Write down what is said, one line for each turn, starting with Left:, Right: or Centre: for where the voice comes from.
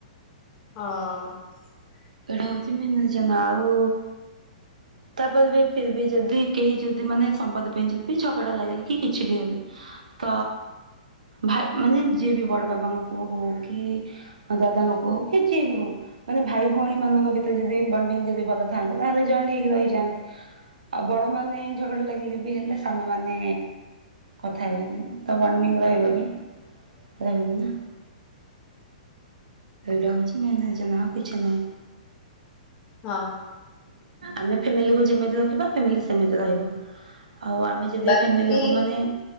Left: ହଁ
Right: ଏଇଟା ହଉଛି ମେନ୍ ରିଜନ ଆଉ ତାପରେ ବି ଫିର୍ ବି ଯଦି କେହି ଯଦି ମାନେ ସମ୍ପତ୍ତି ପାଇଁ ଯଦ ଛକଟା ଲାଗିଲେ କି କିଛି ବି ହେଲେ ତ ଭାଇ ମାନେ ଯିଏ ବି ବଡ ବାବାଙ୍କ ପୁଅ ହଉ କି ଦାଦାଙ୍କ ପୁଅ ହଉ କି ଯିଏ ବି ହଉ ମାନେ ଭାଇ। ଭଉଣୀ ମାନଙ୍କ ଭିତରେ ଯଦି ବିଣ୍ଡିଂ ଯଦି ଭଲ ଥାନ୍ତା ତାହେଲେ ଜଏଣ୍ଟ ହେଇକି ରହି ଯାଆନ୍ତେ। ଆଉ ବଡ ମାନେ ଝଗଡା ଲାଗିଲେ ବି ହେଲେ। ସାନମାନେ କଥା ହେବେନି ତ ବଣ୍ଡିଙ୍ଗ ରହିବ କି? <inaudible> ରହୁଛି ମନ ଯେନା କିଛି ନାହି
Left: ହଁ
Right: ଆମେ ଫ୍ୟାମିଲିକୁ ଯେମିତି ରଖିବା ଫ୍ୟାମିଲି ସେମିତି ରହିବ ଆଉ ଆମେ ଯଦି
Left: ବାକି
Right: ଫ୍ୟାମିଲିକୁ ମାନେ